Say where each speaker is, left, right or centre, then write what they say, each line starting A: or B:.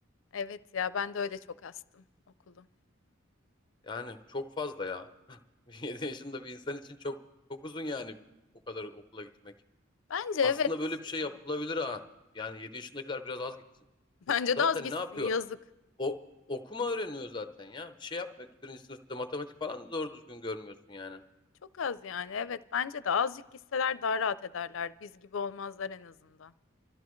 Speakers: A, on the left (about 75°); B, on the left (about 25°).
A: Evet ya ben de öyle çok astım okulu.
B: Yani çok fazla ya. <laughs> 7 yaşında bir insan için çok çok uzun yani o kadar okula gitmek.
A: Bence evet
B: Aslında böyle bir
A: ya.
B: şey yapılabilir ha. Yani 7 yaşındakiler biraz az gitsin.
A: <laughs> Bence
B: Zaten
A: de az gitsin
B: ne yapıyor?
A: yazık.
B: O okuma öğreniyor zaten ya. Bir şey yapmıyor ki birinci sınıfta matematik falan da doğru düzgün görmüyorsun yani.
A: Çok az yani evet bence de azıcık gitseler daha rahat ederler. Biz gibi olmazlar en azından.